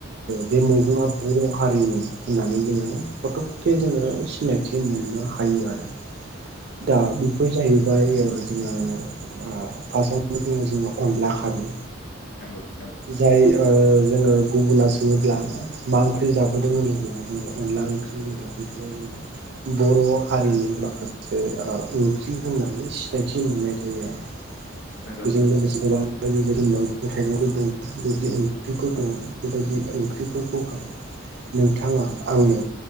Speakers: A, on the right; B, on the left.
A: बे मैगङा बर हारिनि होननानै जोङो फटकके जोङो सिनायथि मोननो हायो आरो दा बेफोर जाहैबाय जोङो फारस्आव दङ जोङो अनला खारै
B: नगौ नांगौ
A: जाय जोङो गुबुना सोङोब्ला मा ओंख्रि जाबोदों होनो गया बुङो अनला ओंख्रि होनोब्ला बेखौहाय जोङो बर हारिनि माखासे ओंख्रि होननानै सिनायथि मोननाय जायो आरो
B: नंगौ
A: बेजों
B: नंगौ
A: लोगोसे गोबां आरो बेबायदि मैगं थाइगंफोर दङ बेबायदि ओंख्रिफोर दङ बेबायदि ओंख्रिफोरखौहाय नोंथाङा आंनो